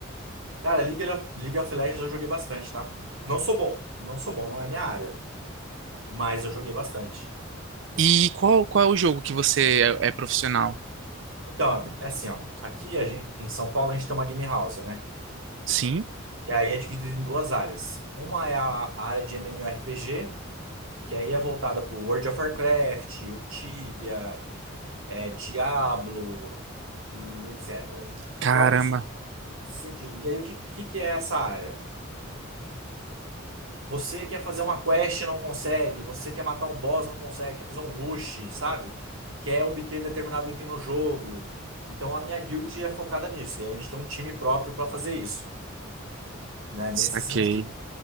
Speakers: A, on the right (about 80°); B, on the right (about 60°).
A: Cara, League of, League of Legends eu joguei bastante, tá? Não sou bom, não sou bom, não é minha área, mas eu joguei bastante.
B: E qual, qual é o jogo que você é, é profissional?
A: Então, é assim, ó, aqui a gente, em São Paulo a gente tem uma game house, né?
B: Sim?
A: E aí é dividido em duas áreas. Uma é a, a área de MMORPG, que aí é voltada pro World of Warcraft, o Tibia, é, Diablo, e etc.
B: Caramba,
A: Jogos Sim, E aí, o que, que, que é essa área? Você quer fazer uma quest e não consegue, você quer matar um boss, não consegue, quer fazer um rush, sabe? Quer obter determinado item no jogo. Então a minha guild é focada nisso, e a gente tem um time próprio para fazer isso, né? Nesse
B: saquei,
A: sentido.